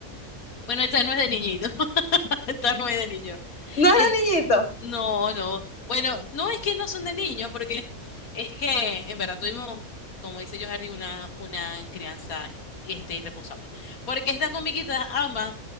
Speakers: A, on the left; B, on the left.
A: Bueno, esta no es de niñito. <laughs> Esta no es de niño.
B: No es
A: Es-
B: de niñito.
A: no, no. Bueno, no es que no son de niños, porque es que en verdad tuvimos, como dice yo, Harry, una, una crianza este, irresponsable. Porque estas comiquitas, ambas,